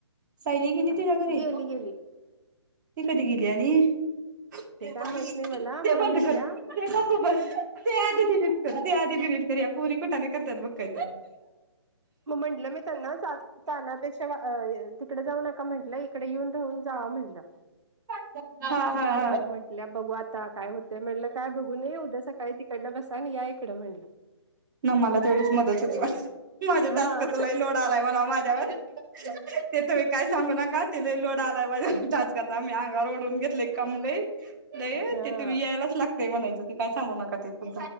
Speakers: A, on the right (about 40°); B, on the right (about 80°).
A: सायली गेली तिझ्या घरी
B: गेली गेली
A: ती कधी गेली आणि
B: ते
A: ते
B: काय माहित नाही मला मला
A: बंद
B: म्हटल्या
A: कर ते पपू बस ते आ दिट कर ते आीदीट कर या परी कुठाने करतात बघका
B: मग म्हंटलं मी त्यांना जा चनापेक्षा तिकडे जाऊ नका म्हटलं इकडे येऊन राहून जाव म्हटलं
A: हो हा हा.
B: मग म्हटल्या बघू आता काय होतेय, म्हटलं काय बघू नाही, उद्या सकाळन तिकडन बसा आणि या इक डन म्हणल.
A: ना, मला तेवढीच मदत होती, बास. माझ्या
B: हा
A: टास्कचा लय लोड आलाय म्हणाव, माझ्यावर ते तुम्ही काय सांगू नका. तिला लय लोड आलाय, माझ्या टास्कचा मी अंगावर ओडून घेतलेय काम लय. ते
B: हा
A: ते तुम्ही यायलाच लागतेय म्हणायचं, ते काय सांगू नका ते तुमच